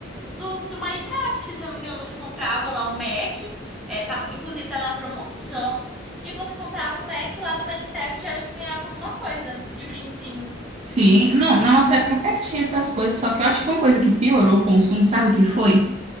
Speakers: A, in the centre; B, on the right.
A: do, do Minecraft, se eu não me engano, você comprava lá um Mac. É, tava, inclusive tava na promoção. E você comprava o Mac lá do Minecraft, eu acho que ganhava alguma coisa de brindezinho.
B: Sim, não, na nossa época até que tinha essas coisas, só que eu acho que uma coisa que piorou o consumo, sabe o que foi?